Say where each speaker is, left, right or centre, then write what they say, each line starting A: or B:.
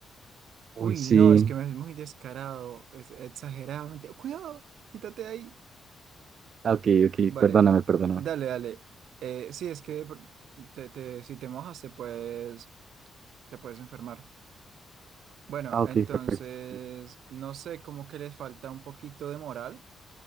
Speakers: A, on the right; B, on the right.
A: Uy,
B: Uy,
A: sí.
B: no, es que me ves muy descarado, es exageradamente. Cuidado, quítate de ahí.
A: Ah, ok, ok,
B: Vale,
A: perdóname, perdóname.
B: dale, dale. Eh, sí, es que por- te- te- si te mojas te puedes, te puedes enfermar. Bueno,
A: Ah,
B: entonces,
A: ok, perfecto. Sí,
B: no sé, como que les falta un poquito de moral